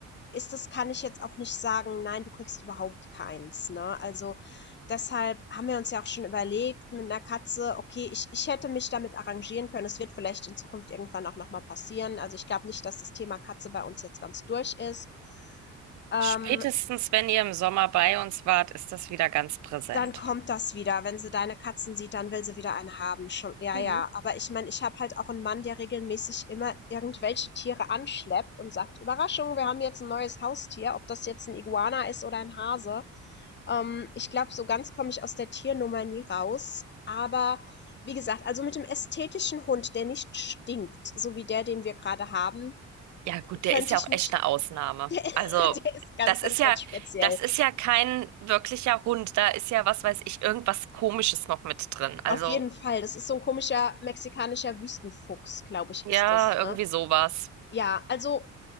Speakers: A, on the left; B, on the right.
A: ist das, kann ich jetzt auch nicht sagen, nein, du kriegst überhaupt keins. Ne? Also deshalb haben wir uns ja auch schon überlegt mit einer Katze, okay, ich, ich hätte mich damit arrangieren können. Es wird vielleicht in Zukunft irgendwann auch nochmal passieren. Also ich glaube nicht, dass das Thema Katze bei uns jetzt ganz durch ist. Ähm,
B: spätestens wenn ihr im Sommer bei uns wart, ist das wieder ganz präsent.
A: dann kommt das wieder. Wenn sie deine Katzen sieht, dann will sie wieder eine haben. Schon, ja,
B: Mhm.
A: ja. Aber ich meine, ich habe halt auch einen Mann, der regelmäßig immer irgendwelche Tiere anschleppt und sagt, Überraschung, wir haben jetzt ein neues Haustier, ob das jetzt ein Iguana ist oder ein Hase. Ähm, ich glaube, so ganz komme ich aus der Tiernummer nie raus. Aber wie gesagt, also mit dem ästhetischen Hund, der nicht stinkt, so wie der, den wir gerade haben,
B: Ja, gut,
A: könnte
B: der ist ja
A: ich
B: auch
A: mich.
B: echt eine Ausnahme.
A: <laughs> Der,
B: Also,
A: der ist ganz,
B: das
A: ganz,
B: ist ja,
A: ganz speziell.
B: das ist ja kein wirklicher Hund. Da ist ja, was weiß ich, irgendwas Komisches noch mit drin. Also,
A: Auf jeden Fall. Das ist so ein komischer mexikanischer Wüstenfuchs, glaube ich,
B: ja,
A: ist das, ne?
B: irgendwie sowas.
A: Ja, also